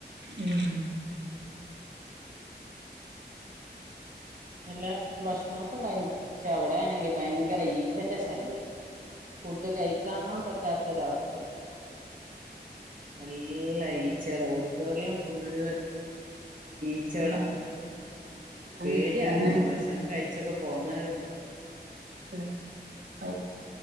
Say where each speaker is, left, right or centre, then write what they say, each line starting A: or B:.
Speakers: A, on the right; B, on the right.
A: ഉം
B: നല്ല ഭക്ഷണൊക്കെ ഉണ്ടായിന് പക്ഷെ അവിടെയാണെങ്കി ഭയങ്കര ഈച്ചന്റെ ശല്യം ഫുഡ് കഴിക്കാൻ പറ്റാത്ത ഒരവസ്ഥ അനു അല്ല ഉള്ള ഈച്ചകൾ ഓഡിറ്റോറിയം ഫുള് ഈച്ചകള
A: ഉം എന്താ
B: പേടിയ
A: അങ്ങനെ
B: ആളണ്ട് ഭക്ഷണം കഴി ഇച്ചൊക്കെ പോകാന്ന്
A: മൂ അ മൂ